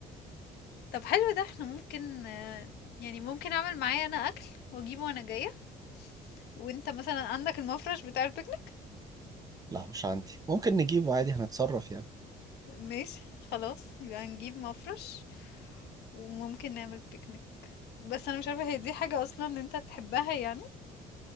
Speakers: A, on the left; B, on the right.
A: طب حلو ده احنا ممكن آه، يعني ممكن أعمل معايا أنا أكل وأجيبه وأنا جاية وأنت مثلا عندك المفرش بتاع البيكنيك
B: لا مش عندي ممكن نجيبه عادي هنتصرف يعني
A: ماشي خلاص يبقى نجيب مفرش وممكن نعمل بيكنيك بس أنا مش عارفة هي دي حاجة أصلا أنت تحبها يعني